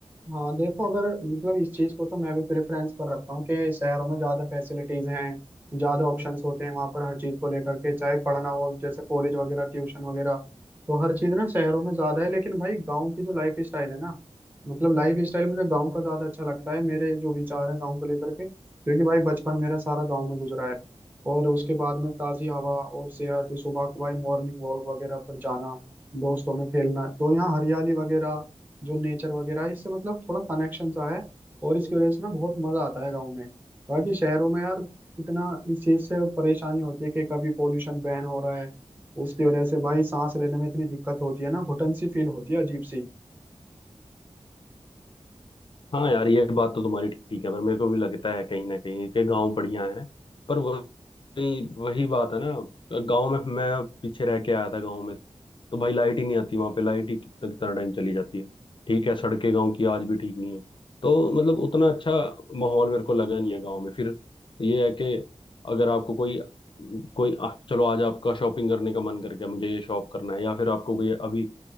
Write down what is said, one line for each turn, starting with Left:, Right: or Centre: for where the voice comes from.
Right: हाँ देखो अगर मतलब इस चीज को तो मैं भी प्रेफरेंस पर रखता हूँ कि शहरों में ज्यादा फैसिलिटीज हैं ज्यादा ऑप्शंस होते हैं वहां पर हर चीज को लेकर के चाहे पढ़ना हो जैसे कॉलेज वगैरह ट्यूशन वगैरह तो हर चीज ना शहरों में ज्यादा है लेकिन भाई गाँव की जो लाइफ स्टाइल है ना मतलब लाइफ स्टाइल मुझे गाँव का ज्यादा अच्छा लगता है मेरे जो विचार है गाँव को लेकर के क्योंकि भाई बचपन मेरा सारा गाँव में गुजरा है और उसके बाद में ताजी हवा और सेहत सुबह को भाई मॉर्निंग वॉक वगैरह पर जाना दोस्तों में खेलना तो यहाँ हरियाली वगैरह जो नेचर वगैरह है, इससे मतलब थोड़ा कनेक्शन सा है और इसकी वजह से ना बहुत मजा आता है गाँव में बाकी शहरों में यार इतना इस चीज से परेशानी होती है कि कभी पोल्यूशन बैन हो रहा है उसकी वजह से भाई सांस लेने में इतनी दिक्कत होती है ना घुटन सी फील होती है अजीब सी
Left: हाँ यार ये बात तो तुम्हारी ठीक है पर मेरे को भी लगता है कहीं ना कहीं कि गांव बढ़िया है पर वही वही बात है ना गांव में मैं पीछे रह के आया था गांव में तो भाई लाइट ही नहीं आती वहां पे लाइट ही कितना कितना टाइम चली जाती है ठीक है सड़कें गांव की आज भी ठीक नहीं है तो मतलब उतना अच्छा माहौल मेरे को लगा नहीं है गांव में फिर ये है कि अगर आपको कोई कोई आ, चलो आज आपका शॉपिंग करने का मन कर गया मुझे ये शॉप करना है या फिर आपको कोई अभी